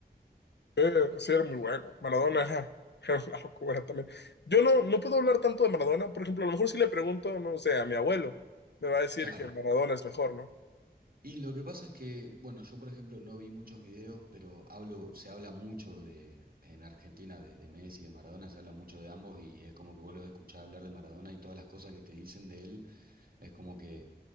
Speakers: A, on the left; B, on the right.
A: Sí, sí, era muy bueno. Maradona era, <laughs> era una locura también. Yo no, no puedo hablar tanto de Maradona. Por ejemplo, a lo mejor si le pregunto, no sé, a mi abuelo, me va a decir
B: Claro.
A: que Maradona es mejor, ¿no?
B: Y lo que pasa es que, bueno, yo por ejemplo no vi muchos videos, pero hablo, se habla mucho de, en Argentina de, de Messi, de Maradona, se habla mucho de ambos y es como que vos los escuchás hablar de Maradona y todas las cosas que te dicen de él, es como que